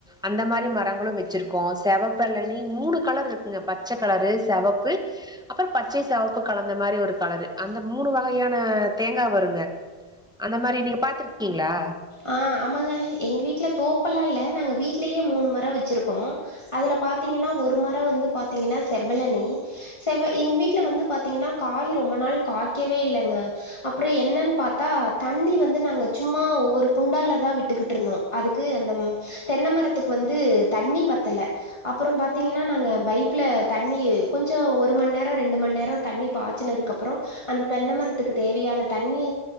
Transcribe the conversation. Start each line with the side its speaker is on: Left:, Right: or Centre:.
Centre: அந்த மாதிரி மரங்களும் வச்சிருக்கோம் செவப்புளனி மூணு கலர் இருக்குங்க பச்சை கலரு சிவப்பு அப்புறம் பச்சை சிவப்பு கலந்த மாதிரி ஒரு கலரு அந்த மூணு வகையான தேங்காய் வருங்க அந்த மாதிரி நீங்க பாத்துருக்கீங்களா
Left: ஆஹ் ஆமாங்க எங்க வீட்டுல தோப்பல்லாம் இல்ல நாங்க வீட்லயே மூணு மரம் வச்சிருக்கோம் அதுல பாத்தீங்கன்னா ஒரு மரம் வந்து பாத்தீங்கன்னா செவலனி செவ்வ எங்க வீட்டுல வந்து பாத்தீங்கன்னா காய் ரொம்ப நாள் காய்க்கவே இல்லங்க அப்புறம் என்னன்னு பாத்தா தண்ணி வந்து நாங்க சும்மா ஒவ்வொரு குண்டாலல தான் விட்டுகிட்டு இருந்தோம் அதுக்கு அந்த தென்னைமரத்துக்கு வந்து தண்ணி பத்தலை அப்புறம் பார்த்தீங்கன்னா நாங்க பைப்ல தண்ணி கொஞ்சம் ஒரு மணி நேரம் ரெண்டு மணி நேரம் தண்ணி பாய்ச்சுனதுக்கு அப்புறம் அந்த தென்னை மரத்துக்கு தேவையான தண்ணி